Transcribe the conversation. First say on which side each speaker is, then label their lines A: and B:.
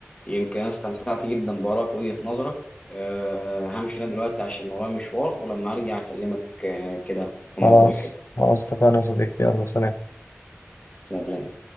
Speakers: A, on the left (about 25°); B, on the left (about 65°).
A: يمكن انا استمتعت جدا بارائك وجهة نظرك أه همشي انا دلوقتي عشان ورايا مشوار ولما ارجع اكلمك آه، كده في موضوع
B: خلاص
A: حلو
B: خلاص اتفقنا يا صديقي يلا سلام
A: سلام